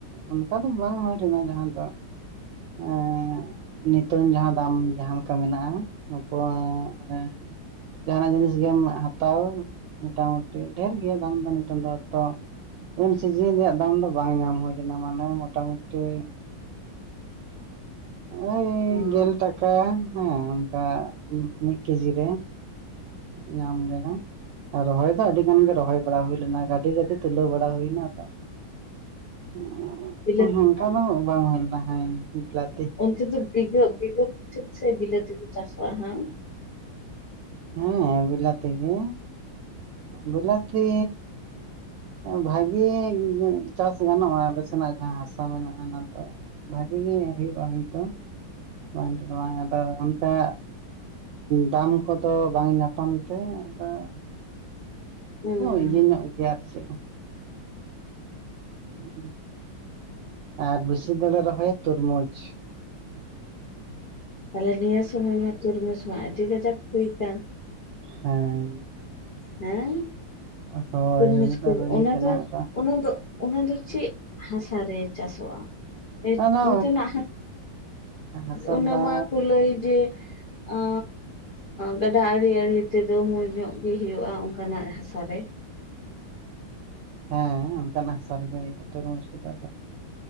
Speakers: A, on the right; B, on the left.
A: ᱚᱱᱠᱟ ᱫᱚ ᱵᱟᱝ ᱦᱩᱭ ᱞᱮᱱᱟ ᱡᱟᱦᱟᱸ ᱫᱚ ᱾ ᱮ ᱱᱤᱛᱚᱝ ᱡᱟᱦᱟᱸ ᱫᱟᱢ ᱡᱟᱦᱟᱸᱞᱮᱠᱟ ᱢᱮᱱᱟᱜᱼᱟ, ᱩᱱᱠᱩᱣᱟᱜ ᱢᱟᱱᱮ ᱡᱟᱦᱟᱱᱟᱜ ᱡᱤᱱᱤᱥ ᱜᱮᱢ ᱦᱟᱛᱟᱣ ᱢᱚᱴᱟᱢᱩᱴᱤ ᱰᱷᱮᱨ ᱜᱮᱭᱟ ᱫᱟᱢ ᱫᱚ ᱱᱤᱛᱳᱜ ᱫᱚ ᱛᱚ ᱩᱱ ᱥᱤᱡᱤᱱ ᱨᱮᱭᱟᱜ ᱫᱟᱢ ᱫᱚ ᱵᱟᱝ ᱧᱟᱢ ᱦᱩᱭ ᱞᱮᱱᱟ, ᱢᱟᱱᱮ ᱢᱚᱴᱟᱢᱩᱴᱤᱼᱼ ᱳᱭ
B: ᱦᱩᱸ
A: ᱜᱮᱞ ᱴᱟᱠᱟ ᱦᱮᱸ ᱚᱱᱠᱟ ᱢᱤᱫ ᱠᱮᱡᱤ ᱨᱮ᱾ ᱧᱟᱢ ᱞᱮᱱᱟ᱾ ᱨᱚᱦᱚᱭ ᱫᱚ ᱟᱹᱰᱤ ᱜᱟᱱ ᱜᱮ ᱨᱚᱦᱚᱭ ᱵᱟᱲᱟ ᱦᱩᱭ ᱞᱮᱱᱟ ᱜᱟᱹᱰᱤ ᱜᱟᱹᱰᱤ ᱛᱩᱞᱟᱹᱣ ᱵᱟᱲᱟ ᱦᱩᱭ ᱮᱱᱟ ᱟᱫᱚ <unintelligible>
B: ᱵᱤᱞᱟᱹᱛᱤ
A: ᱚᱱᱠᱟ
B: ᱵᱟᱝ
A: ᱫᱚ ᱵᱟᱝ ᱦᱩᱭ ᱞᱮᱱᱟ ᱦᱮᱸ ᱵᱤᱞᱟᱛᱤ
B: ᱚᱱᱛᱮ ᱫᱚ ᱵᱤᱜᱷᱟᱹ ᱵᱤᱜᱷᱟᱹ ᱯᱤᱪᱷᱩ ᱥᱮ ᱵᱤᱞᱟᱹᱛᱤ ᱠᱚ ᱪᱟᱥᱚᱜᱼᱟ ᱦᱮᱸ
A: ᱦᱮᱸ ᱵᱤᱞᱟᱛᱤ ᱜᱮ ᱵᱤᱞᱟᱛᱤ ᱵᱷᱟᱜᱮ ᱪᱟᱥ ᱜᱟᱱᱚᱜᱼᱟ ᱟᱮᱞ ᱥᱮᱱᱟᱜ ᱡᱟᱦᱟᱸ ᱦᱟᱥᱟ ᱢᱮᱱᱟᱜᱼᱟ ᱚᱱᱟ ᱛᱚ ᱾ ᱵᱷᱟᱜᱮ ᱜᱮ ᱦᱩᱭᱩᱜᱼᱟ ᱦᱳᱭᱛᱳ ᱵᱟᱝ ᱟᱫᱚ ᱚᱱᱠᱟ ᱫᱟᱢ ᱠᱚᱫᱚ ᱵᱟᱝ ᱧᱟᱯᱟᱢ ᱛᱮ ᱟᱫᱚ
B: ᱦᱩᱸ
A: ᱦᱳᱭ ᱤᱭᱟᱹ ᱧᱚᱜ ᱜᱮᱭᱟ ᱟᱨ ᱪᱮᱫ <inaudible> ᱟᱨ ᱵᱮᱥᱤ ᱫᱚᱞᱮ ᱨᱚᱦᱚᱭᱟ ᱛᱩᱨᱢᱩᱡᱽ ᱾
B: ᱛᱟᱦᱚᱞᱮ ᱱᱤᱭᱟᱹ ᱥᱚᱢᱚᱭ ᱢᱟ ᱛᱩᱨᱢᱩᱡᱽ ᱢᱟ ᱟᱹᱰᱤ ᱠᱟᱡᱟᱠ ᱦᱩᱭ ᱠᱟᱱ ᱾
A: ᱦᱮᱸ᱾
B: ᱦᱮᱸ
A: ᱦᱳᱭ
B: ᱛᱩᱨᱢᱩᱡ
A: ᱦᱩᱭ ᱫᱚ
B: ᱠᱩ
A: ᱦᱩᱭ
B: ᱚᱱᱟ
A: ᱠᱟᱱᱟ
B: ᱫᱚ
A: ᱟᱫᱚ
B: ᱚᱱᱟ ᱫᱚ ᱚᱱᱟ ᱫᱚ ᱪᱮᱫ ᱦᱟᱥᱟᱨᱮ ᱪᱟᱥᱚᱜᱼᱟ,
A: ᱟᱫᱚ
B: ᱚᱱᱛᱮᱱᱟᱜ ᱦᱟ
A: ᱦᱟᱥᱟ
B: ᱚᱱᱟ
A: ᱫᱚ
B: ᱢᱟᱠᱚ ᱞᱟᱹᱭ ᱜᱮ ᱟᱻ ᱜᱟᱰᱟ ᱟᱲᱮ ᱟᱲᱮ ᱛᱮᱫᱚ ᱢᱚᱸᱡᱽ ᱧᱚᱜ ᱜᱮ ᱦᱩᱭᱩᱜᱼᱟ ᱚᱱᱠᱟᱱᱟᱜ ᱦᱟᱥᱟᱨᱮ ᱾
A: ᱦᱮᱸ ᱚᱱᱠᱱᱟᱜ ᱦᱟᱥᱟ ᱨᱮᱜᱮ ᱦᱩᱭᱩᱜᱼᱟ, ᱛᱚ ᱨᱚᱢᱚᱡᱽ ᱠᱚ ᱫᱚ᱾